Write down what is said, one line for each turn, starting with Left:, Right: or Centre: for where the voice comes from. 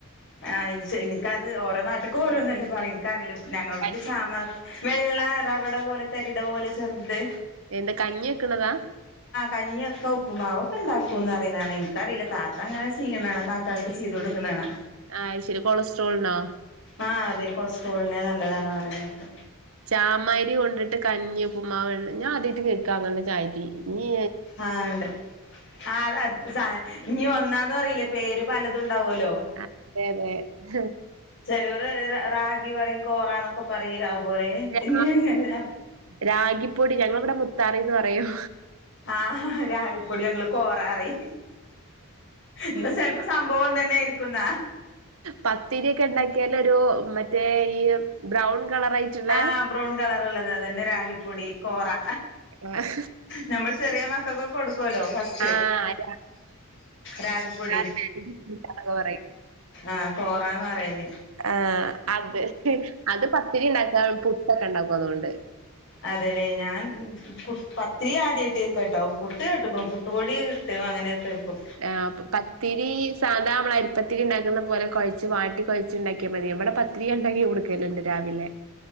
Left: അയ് ഷ ഇനിക്ക് അത് ഓരോ നാട്ട് ക്കൊ ഓരോന്നല്ലേ പറയു ക്കറിയില്ല ഞങ്ങളവ്ട്ക്ക്
Right: ആഹ്
Left: ചാമാ വെള്ള റവടെ പോലെ തരിട പോലെ ചെറ്ത്.
Right: എന്താ കഞ്ഞി വക്ക്ണതാ?
Left: കഞ്ഞിയൊക്കെ ഉപ്പ്മാവൊക്കെ ണ്ടാക്കുംന്ന് അറിനാണാ ഇൻക്കറിയില്ലട്ടൊ താത്ത അങ്ങനെ ചിയ്യ്നാണാ കാ കാക്ക് ചെയ്ത് കൊടുക്ണാണാ.
Right: ആ അയ് ശരി കൊളസ്ട്രോൾണോ?
Left: ആഹ് അതെ കൊളസ്ട്രോൾണ് നല്ലതാണ് പറിണെക്കാ.
Right: ചാമരി കൊണ്ടിട്ട് കഞ്ഞി പ്പുമ്മാവ് ഞാൻ ആതിയായ്‌ട്ട് കേക്കാ അങ്ങനെ ഒരു അരി ഞ്ഞി
Left: ആഹ് ണ്ട് ആ അ സാ ഇനി ഒന്നാന്ന് അറീല്ലേ പേര് പലതും ണ്ടാവുല്ലോ.
Right: ആഹ് അതെ അതെ ഹ്.
Left: ചേലോര് റ റാഗി പറിം കോറാ ന്നൊക്കെ പറിം അയ്പോലെ
Right: രാ
Left: ഇഞ്ഞി എങ്ങനെ
Right: രാഗിപ്പൊടി ഞങ്ങള ഇവടെ മുത്താറീന്ന് പറയും.
Left: ആഹ് രാഗി പൊടി ഞങ്ങള് കോറാ റിം ന്നാ ചെൽപ്പോ സംഭവം ഒന്നെനെയിരിക്കും ന്നാ.
Right: പത്തിരിക്കെ ണ്ടാക്കിയാലൊ ഒരു മറ്റേ ഈ ബ്രൗൺ കളർ ആയിട്ടുള്ളേ
Left: ആഹ് ബ്രൗൺ കളറ്ള്ളത് അതന്നെ രാഗിപ്പൊടി കോറാ
Right: ആഹ്.
Left: നമ്മള് ചെറീയേ മക്കകൊക്കേ കൊടുക്കുല്ലോ ഫസ്
Right: ആഹ് രാ
Left: രാഗിപ്പൊടി
Right: <unintelligible> പറിം.
Left: ആഹ് കോറാന്ന് പറയും ന്.
Right: ആഹ് അത് അത് പത്തിരി ണ്ടാക്കാ പുട്ടൊക്കെ ണ്ടാക്കും അതൊണ്ട്.
Left: അതെല്ലെ ഞാൻ പു പത്തിരി ആദ്യായിട്ട് കെയ്ക്കാട്ടൊ പുട്ട് കേട്ട്ക്ണു പു ട്ട് പൊടി കിട്ടും അങ്ങനൊക്കേ കായ്ക്കും.
Right: ആഹ് അപ്പ പത്തിരി സാധാ മ്മള അരിപ്പ ത്തിരി ണ്ടാക്കുന്ന പോലെ കൊഴച്ച് വാട്ടി കൊഴച്ച് ണ്ടാക്കിയാ മതി ഇവടെ പത്തിരി ണ്ടെങ്കി കൊടുക്കല്ണ്ട് രാവിലെ.